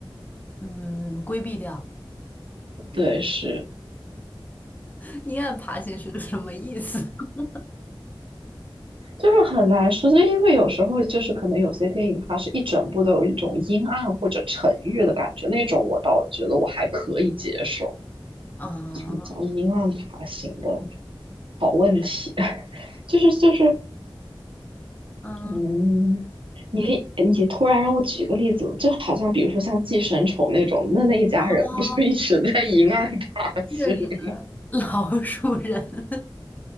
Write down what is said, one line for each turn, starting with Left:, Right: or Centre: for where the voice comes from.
Left: 嗯，规避掉。
Right: 对，是。
Left: <laughs> 阴暗爬行是个什么意思？<laughs>
Right: 就是很难说，就因为有时候就是可能有些电影它是一整部都有一种阴暗或者沉郁的感觉，那种我倒觉得我还可以接受。
Left: 啊、
Right: 什么叫阴暗爬行的好问题？就是就是，
Left: 嗯，
Right: 嗯，你你突然让我举个例子，
Left: 哪
Right: 就好像比如说像寄生虫那种，那那一家人不就一直在阴暗爬行？
Left: 哦，这个是
Right: <laughs>
Left: 老鼠人